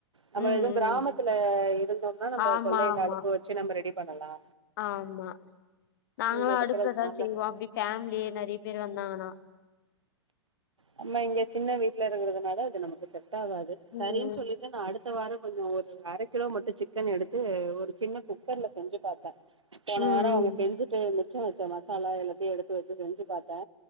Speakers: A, on the right (about 75°); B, on the left (about 45°).
A: நம்ம
B: ம்,
A: எதுவு கிராமத்துல
B: ம்.
A: இருந்தோனா நம்ப
B: ஆமா,
A: கொள்ளையில
B: ஆமா,
A: அடுப்பு வெச்சு நம்ம ரெடி பண்ணலா
B: ஆமா நாங்களு
A: இங்க இருக்கிறதுனால
B: அடுப்புலதா செய்வோ அப்டி ஃபேமிலியே நெறைய பேர் வந் தானா
A: நம்ம இங்க சின்ன வீட்டுல இருக்கறதுனால இது நமக்கு செட் டாகாது சரின்னு
B: ம், ம்.
A: சொல்லிட்டு நா அடுத் த வாரொ கொஞ்சொ ஒரு அர கிலோ மட்டு சிக்கன் எடுத்து ஒரு சின்ன குக்கர்ல செஞ்சு பாத்தே போன
B: ம், ம்.
A: வாரொ அவங்க செஞ்சுட்டு அந்த மிச்சா வச்சா மசாலா எல்லாத்தையு எடுத்து வெச்சு செஞ்சு பாத்தே